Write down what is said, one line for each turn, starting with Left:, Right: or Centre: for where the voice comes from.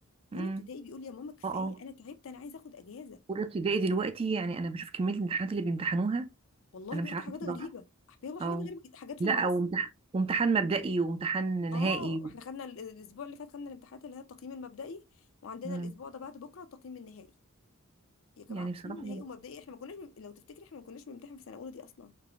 Right: امم
Left: اولى ابتدائي بيقول لي يا ماما كفايه
Right: اه اه
Left: انا تعبت انا عايز اخد اجازه
Right: اولى ابتدائي دلوقتي يعني انا بشوف كميه الامتحانات اللي بيمتحنوها
Left: والله
Right: انا
Left: بياخدوا
Right: مش عارفه
Left: حاجات
Right: بصراحه
Left: غريبة بياخدوا
Right: اه
Left: حاجات غريبة جدا حاجات في
Right: لا
Left: الماس
Right: وامتحان وامتحان مبدئي وامتحان
Left: اه
Right: نهائي
Left: احنا خدنا ال- الاسبوع اللي فات خدنا الامتحانات اللي هي التقييم المبدئي وعندنا
Right: مم.
Left: الاسبوع ده بعد بكرة التقييم النهائي يا جماعة
Right: يعني
Left: التقييم
Right: بصراحه
Left: النهائي ومبدئي احنا ما كناش بن- لو تفتكري احنا ما كناش بنمتحن في سنة اولى دي اصلا